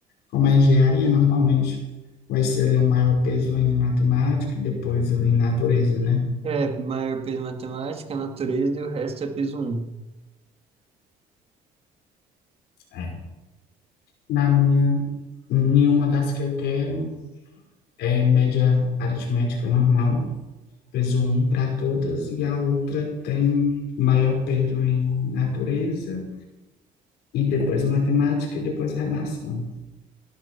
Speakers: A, on the left; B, on the right.
A: como é engenharia, normalmente vai ser ali um maior peso em matemática e depois ali em natureza, né?
B: É, maior peso matemática, natureza e o resto é peso um
A: É. Na minha, nenhuma das que eu quero é média aritmética normal, peso um para todas, e a outra tem maior peso em natureza e depois matemática e depois redação.